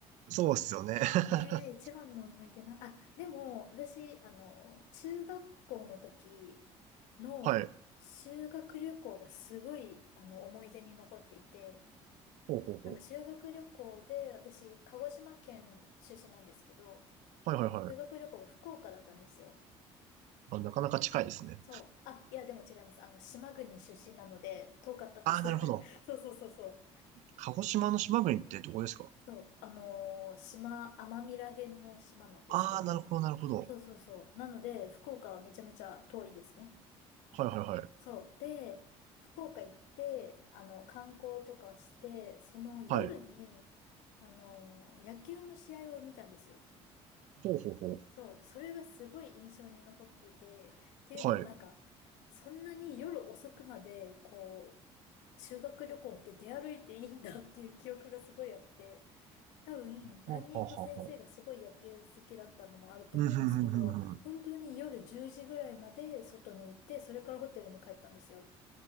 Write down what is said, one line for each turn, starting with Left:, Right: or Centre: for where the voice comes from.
Right: そうっすよね。
Left: <laughs>
Right: <laughs>
Left: ええ一番の思い出な、あ、でも、私、あの、中学校の時の修学旅行がすごい、
Right: はい。
Left: あの、思い出に残っていて、
Right: ほうほうほう。
Left: なんか修学旅行で、私、鹿児島県出身なんですけど、
Right: はいはいはい。
Left: 修学旅行が福岡だったんですよ。
Right: あ、なかなか近いですね。
Left: そう。あ、いや、でも違います。あの、島国出身なので、遠かったんです。
Right: ああ、なるほど。
Left: <laughs> そうそうそうそう。
Right: 鹿児島の島国ってどこですか
Left: そう、あのー島、奄美ら辺の島なんですけど、
Right: ああー、なるほど、なるほど。
Left: そうそうそう。なので、福岡はめちゃめちゃ遠いですね。
Right: はいはいはい。
Left: そう。で、福岡行って、あの、観光とかして、その夜に、
Right: はい。
Left: あのー野球の試合を見たんですよ。
Right: ほうほうほ
Left: そう、それがすごい印象に残ってて、っていうのもなんか、
Right: う。はい。
Left: そんなに夜遅くまで、こう、修学旅行って出歩いていいんだっていう記憶がすごいあって、多分、担任の先生がすごい野球好きだったのもあると思うんですけど、
Right: ほうほうほうほう。うん、ふんふんふんふん。
Left: 本当に夜10時ぐらいまで外に行って、それからホテルに帰ったんですよ。